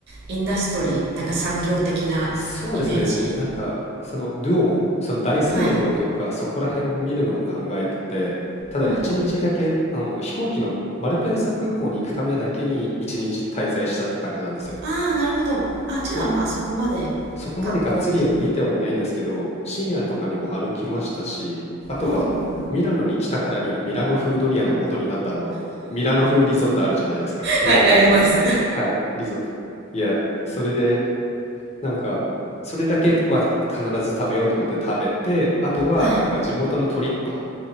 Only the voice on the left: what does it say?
そうですね。なんか、その、ルオも、その大聖堂とか、
そこら辺を見るのは考えてて、ただ一日だけ、
あの、飛行機のマルペンサ空港に行くためだけに一日滞在したって感じなんですよ。
な、そこまでがっつりは見てはいないんですけど、深夜とかにも歩きましたし、あとは、
ミラノに来たからにはミラノ風ドリアの元になったあの、ミラノ風リゾットあるじゃないですか。ミラネーゼ。
はい、リゾット。いや、それでなんか、それだけは必ず食べようと思って食べて、あとはなんか地元のトリッパー、